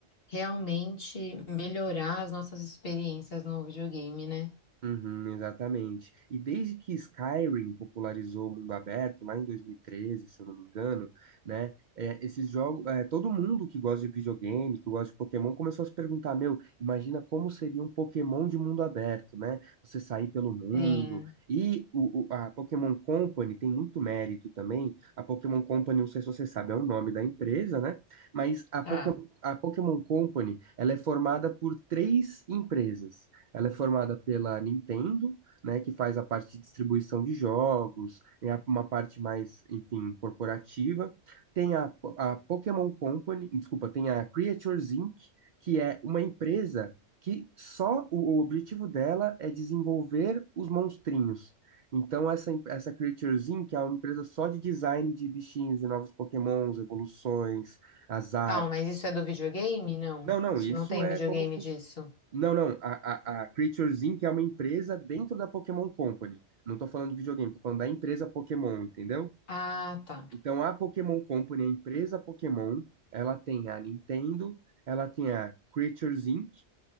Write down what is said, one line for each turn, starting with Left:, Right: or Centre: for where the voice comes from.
Left: realmente melhorar as nossas experiências no videogame, né?
Right: Uhum, exatamente. E desde que Skyrim popularizou o mundo aberto, lá em 2013, se eu não me engano, né? é, esses jogos, é, todo mundo que gosta de videogame, que gosta de Pokémon, começou a se perguntar, meu, imagina como seria um Pokémon de mundo aberto, né? Você sair pelo mundo.
Left: Sim,
Right: E o, o- a Pokémon Company tem muito mérito também. A Pokémon Company, não sei se você sabe, é o nome da empresa, né? Mas a
Left: tá.
Right: Pokémon, a Pokémon Company, ela é formada por três empresas. Ela é formada pela Nintendo, né, que faz a parte de distribuição de jogos, é a- uma parte mais, enfim, corporativa. Tem a, a Pokémon Company, desculpa, tem a Creatures Inc., que é uma empresa que só o, o objetivo dela é desenvolver os monstrinhos. Então, essa, em- essa Creatures Inc. é uma empresa só de design de bichinhos, de novos Pokémons, evoluções, as artes.
Left: Calma, mas isso é do videogame? Não.
Right: Não, não,
Left: Isso
Right: isso
Left: não tem
Right: é
Left: videogame
Right: como funciona.
Left: disso.
Right: Não, não. A, a, a Creatures Inc. é uma empresa dentro da Pokémon Company. Não tô falando de videogame, tô falando da empresa Pokémon, entendeu?
Left: Ah, tá.
Right: Então a Pokémon Company, a empresa Pokémon, ela tem a Nintendo, ela tem a Creatures Inc.,